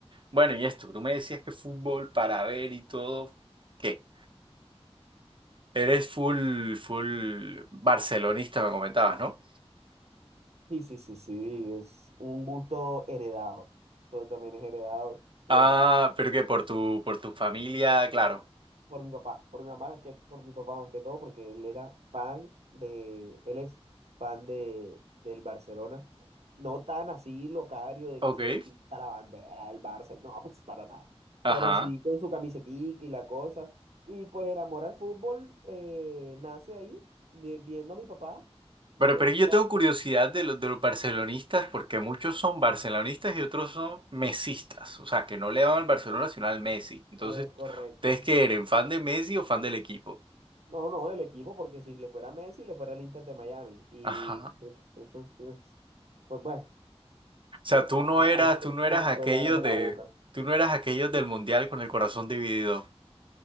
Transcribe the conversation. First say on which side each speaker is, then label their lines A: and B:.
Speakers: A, on the right; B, on the right.
A: Bueno, y esto, tú me decías que fútbol para ver y todo, ¿qué? Eres full, full barcelonista, me comentabas, ¿no?
B: Sí, sí, sí, sí. Es un gusto heredado. Todo también es heredado. Mi
A: Ah,
B: papá.
A: pero que por tu, por tu familia, claro.
B: Por mi papá, por mi mamá, que por mi papá más que todo, porque él era fan de, él es fan de, del Barcelona. No tan así locario de
A: Ok.
B: que se pinta la bandera del Barça, <laughs> no, pues para nada.
A: Ajá.
B: Pero sí con su camisetica y la cosa. Y pues el amor al fútbol eh, nace ahí, vi- viendo a mi papá, viendo
A: Pero, pero
B: a mi papá
A: yo tengo curiosidad
B: cómo
A: de los, de los barcelonistas porque muchos son barcelonistas y otros son mesistas. O sea, que no le van al Barcelona sino al Messi. Entonces,
B: es correcto.
A: ¿ustedes qué eran? ¿Fan de Messi o fan del equipo?
B: No, no, el equipo, porque si le fuera Messi, le fuera el Inter de Miami. Y
A: Ajá.
B: <laughs> pues, pues, pues, bueno.
A: O sea, tú
B: Ah,
A: no eras,
B: Hay que
A: tú no eras
B: controlarme
A: aquellos de,
B: la boca.
A: tú no eras aquellos del Mundial con el corazón dividido.